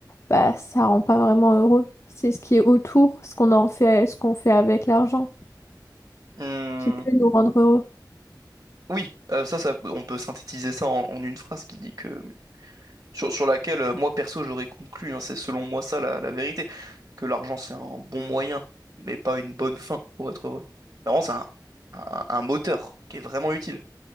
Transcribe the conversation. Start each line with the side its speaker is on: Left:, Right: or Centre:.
Left: bah, ça rend pas vraiment heureux. C'est ce qui est autour, ce qu'on en fait, ce qu'on fait avec l'argent,
Right: Hmm,
Left: qui peut nous rendre heureux.
Right: Oui, euh, ça, ça, on peut synthétiser ça en, en une phrase qui dit que sur, sur laquelle euh, moi perso j'aurais conclu, hein, c'est selon moi ça la, la vérité, que l'argent c'est un bon moyen, mais pas une bonne fin pour être heureux. L'argent c'est un, un- un moteur qui est vraiment utile.